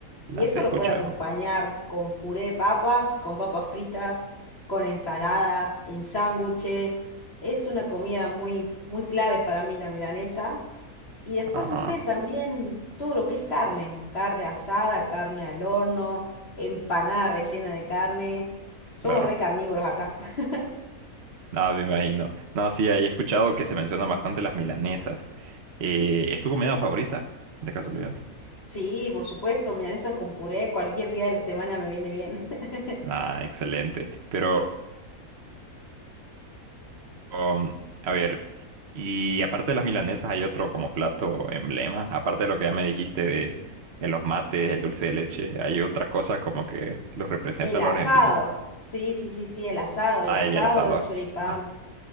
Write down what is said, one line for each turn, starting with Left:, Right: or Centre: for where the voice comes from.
Left: Y
Right: las
Left: eso
Right: he escuchado.
Left: lo puedes acompañar con puré de papas, con papas fritas, con ensaladas, en sándwiches. Es una comida muy, muy clave para mí la milanesa. Y después,
Right: Ajá,
Left: no sé, también todo lo que es carne, carne asada, carne al horno, empanada rellena de carne. Somos
Right: claro.
Left: re carnívoros acá. <laughs>
Right: No, me imagino. No, sí, ahí he escuchado que se mencionan bastante las milanesas. Eh, ¿es tu comida favorita, de casualidad?
Left: Sí, por supuesto, milanesas con puré, cualquier día de la semana me viene bien. <laughs>
Right: Ah, excelente. Pero, um, a ver, y aparte de las milanesas, ¿hay otro como plato emblema? Aparte de lo que ya me dijiste de, de los mates, el dulce de leche, ¿hay otra cosa como que los representa
Left: El
Right: a
Left: asado.
Right: los argentinos?
Left: Sí, sí, sí, sí, el asado,
Right: Ah,
Left: el asado,
Right: y el asado.
Left: el choripán.
Right: Ah,